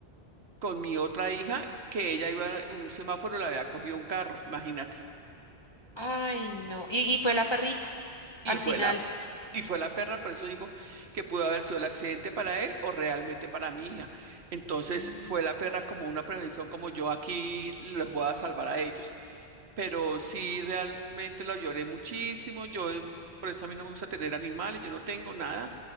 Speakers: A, on the right (about 65°); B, on the left (about 30°).
A: con mi otra hija que ella iba en un semáforo y la había cogido un carro, imagínate.
B: Ay, no. Y, y fue la perrita,
A: Y
B: al
A: fue
B: final.
A: la Y fue la perra, por eso digo que pudo haber sido el accidente para él o realmente para mi hija. Entonces
B: Mm.
A: fue la perra como una prevención, como yo aquí les voy a salvar a ellos. Pero sí, realmente lo lloré muchísimo. Yo, por eso a mí no me gusta tener animales, yo no tengo nada.